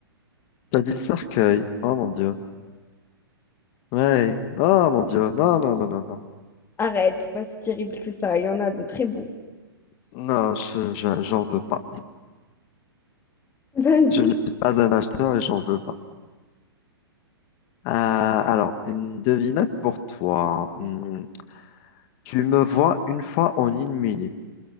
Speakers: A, on the left (about 35°); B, on the left (about 20°).
A: T'as dit le cercueil. Oh mon dieu. Ouais. Oh mon dieu. Non, non, non, non, non.
B: arrête, c'est pas si terrible que ça. Il y en a de très beaux.
A: Non, je, je- j'en veux pas.
B: Vas-y,
A: Je ne suis pas un acheteur et j'en veux pas. Euh, alors, une devinette pour toi. Hmm. Tu me vois une fois en une minute,